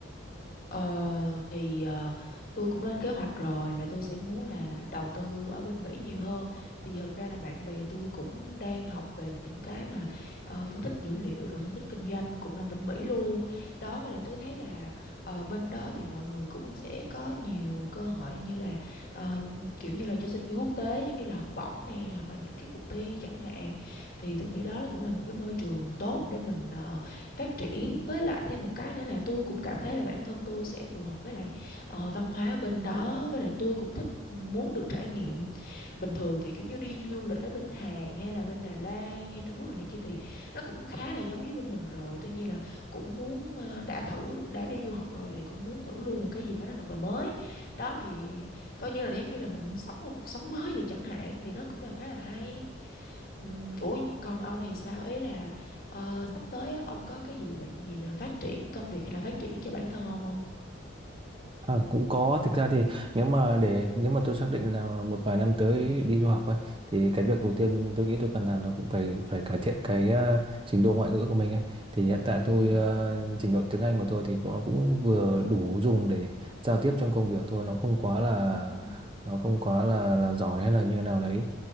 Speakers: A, on the left (about 45°); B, on the right (about 25°).
A: Ờ, thì ờ, tôi cũng lên kế hoạch rồi là tôi sẽ muốn là đầu tư ở bên Mỹ nhiều hơn. Tại vì thật ra là bạn bè tôi cũng đang học về những cái mà ờ, phân tích dữ liệu rồi phân tích kinh doanh cũng là bên Mỹ luôn. Đó với lại tôi thấy là ờ, bên đó thì mọi người cũng sẽ có nhiều cơ hội như là ờ, kiểu như là cho sinh viên quốc tế giống như là học bổng nè hoặc là những cái cuộc thi chẳng hạn. Thì tôi nghĩ đó là cũng là một cái môi trường tốt để mình ờ, phát triển với lại thêm một cái nữa là tôi cũng cảm thấy là bản thân tôi sẽ phù hợp với lại ờ, văn hóa bên đó với lại tôi cũng thích ừ, muốn được trải nghiệm bình thường thì kiểu như đi du lịch ở bên Hàn hay là bên Đài Loan hay Trung Quốc rồi này kia thì nó cũng khá là giống với bên mình rồi tuy nhiên là cũng muốn ờ, đã thử đã đi du học rồi thì cũng muốn thử luôn một cái gì đó nó thật là mới đó thì coi như là giống như là mình sống một cuộc sống mới vậy chẳng hạn thì nó cũng là khá là hay Ừm, Ủa còn ông thì sao ý là ờ, sắp tới á, ông có cái dự định gì mà phát triển công việc hay là phát triển cho bản thân ông không?
B: À, cũng có thực ra thì nếu mà để nếu mà tôi xác định là một vài năm tới đi du học ấy thì cái việc đầu
A: Ừ.
B: tiên tôi nghĩ tôi cần làm là cũng phải phải cải thiện cái ờ, trình độ ngoại ngữ của mình ấy thì hiện tại tôi
A: Ừ.
B: ờ, trình độ tiếng Anh của tôi thì cũng nó cũng vừa đủ dùng để giao tiếp trong công việc thôi nó không quá là
A: Ừ. Ừ.
B: nó không quá là là giỏi hay là như nào đấy